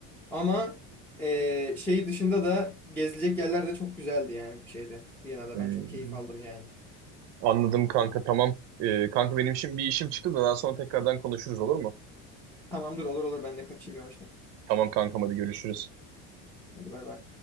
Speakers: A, in the centre; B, on the right (about 45°).
A: Ama eee, şey dışında da gezilecek yerler de çok güzeldi yani şeyde. Viyana'da
B: hmm.
A: ben çok keyif aldım yani.
B: Anladım kanka tamam. Ee, kanka benim şimdi bir işim çıktı da daha sonra tekrardan konuşuruz olur mu?
A: Tamamdır olur olur ben de kaçayım yavaştan.
B: Tamam kankam hadi görüşürüz.
A: Hadi bay bay.